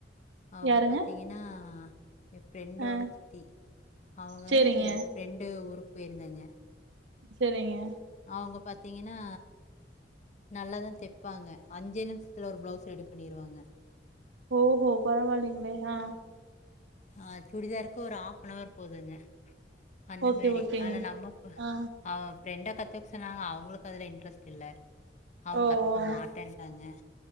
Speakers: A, on the left; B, on the right.
A: அவங்க
B: யாருங்க
A: பாத்தீங்கன்னா என் ஃப்ரெண்டோட
B: ஆ
A: சித்தி அவங்க
B: சேரிங்க
A: ஃப்ரெண்டு ஒரு போயிருந்தேங்க
B: செரிங்க
A: அவங்க பாத்தீங்கன்னா நல்லாதான் தெப்பாங்க அஞ்சே நிமிஷத்துல ஒரு பிளவுஸ்ஸ ரெடி பண்ணிருவாங்க
B: ஓஹோ பரவலிங்களே ஹ
A: ஆஹ் சுடிதார்க்கு ஒரு ஹாப்அன்வர் போதுங்க அந்த
B: ஓகே
A: மாரி
B: ஓகேங்க
A: ஆனா நம்ம
B: ஆ
A: அவ பிரப்ரெண்ட க த்துக்கு சொன்னாங்க அவங்களுக்கு அதில இன்ட்ரெஸ்ட் இல்லை அவங்க
B: ஓ
A: கத்துக்க
B: ஓ
A: மாட்டேட்டாங்க